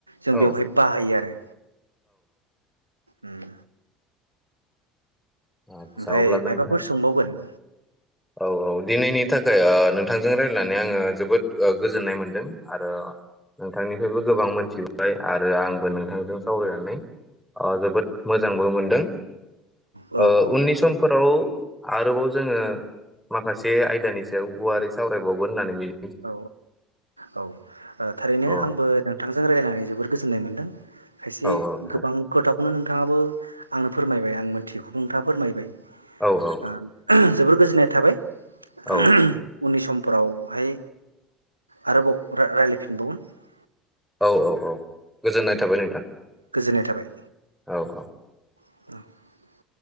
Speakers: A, on the right; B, in the centre.
A: जों
B: औ
A: बेवहाय बाहायो आरो। उम।
B: आदसा
A: ओमफ्राय
B: अब्ला नोंथां
A: मायबाफोर सोंबावगोन?
B: औ औ दिनैनि थाखाय ओ नोंथांजों रायजलायनानै आङो जोबोद ओ गोजोननाय मोनदों आरो नोंथांनिफ्रायबो गोबां मोनथिबाय आरो आंबो नोंथांजों सावरायनानै अ जोबोद मोजांबो मोनदों।
A: औ
B: ओ
A: औ
B: उननि समफोराव आरोबाव जोङो माखासे आयदानि सायाव गुवारै सावरायबावगोन होननानै मिजि
A: औ औ औ ओ थारैनो
B: अ
A: आंबो नोंथांजों रायजायनानै जोबोद गोजो जोननाय मोन्दों। खायसे
B: औ औ नोंथां
A: गोबां गोथाव खौनो नोंथाङाबो आंनो फोरमायबाय आं मोनथियैखौबो नोंथाङा फोरमायबाय
B: औ औ
A: ओ जोबोर गोजोननाय थाबाय। <unintelligible>
B: औ
A: उननि समफोरावहाय आरोबाव रा-रायलायफिनबावगोन ।
B: औ औ औ। गोजोननाय थाबाय नोंथां
A: गोजोननाय थाबाय
B: औ औ।
A: <unintelligible>